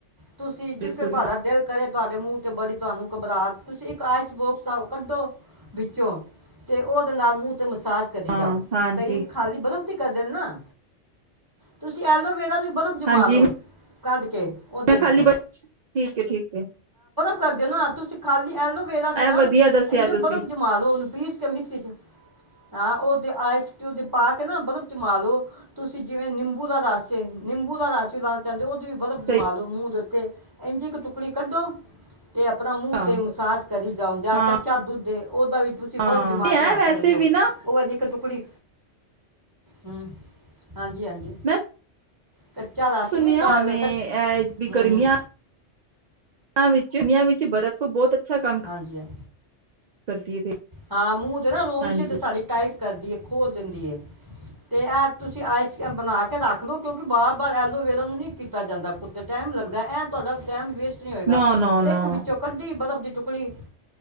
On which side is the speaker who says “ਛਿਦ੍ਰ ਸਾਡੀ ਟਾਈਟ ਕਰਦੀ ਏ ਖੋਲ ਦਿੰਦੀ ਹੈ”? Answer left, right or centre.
Right